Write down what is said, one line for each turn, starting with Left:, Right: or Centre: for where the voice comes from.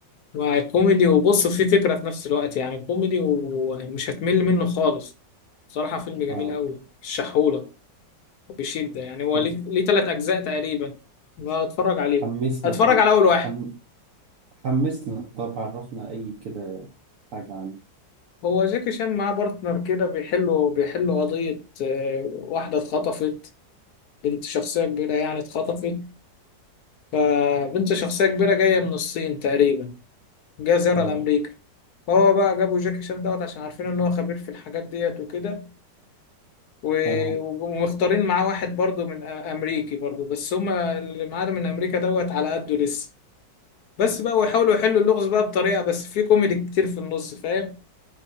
Left: وكوميدي وبص فيه فكرة في نفس الوقت يعني كوميدي ومش هتمل منه خالص بصراحة فيلم جميل
Right: اه
Left: قوي الشحولة وبشدة يعني هو
Right: طب
Left: ليه ليه تلات أجزاء تقريبا بتفرج عليه
Right: حمسنا
Left: أتفرج
Right: طيب
Left: على أول واحد
Right: حم... حمسنا طب عرفنا اي كده حاجة عنه
Left: هو جاكي شان معاه بارتنر كده بيحلوا بيحلوا قضية آه، واحدة اتخطفت بنت شخصية كبيرة يعني اتخطفت فبنت شخصية كبيرة جاية من الصين تقريبا جاية زيارة
Right: اه
Left: لأمريكا هو بقى جابوا جاكي شان دوت عشان عارفين إن هو خبير في الحاجات ديت وكده و-
Right: تمام
Left: ومختارين معاه واحد برضو من أ- امريكي برضو بس هما اللي معانا من امريكا دوت على قده لسه بس بقى ويحاولوا يحلوا اللغز بقى بطريقة بس في كوميدي كتير في النص فاهم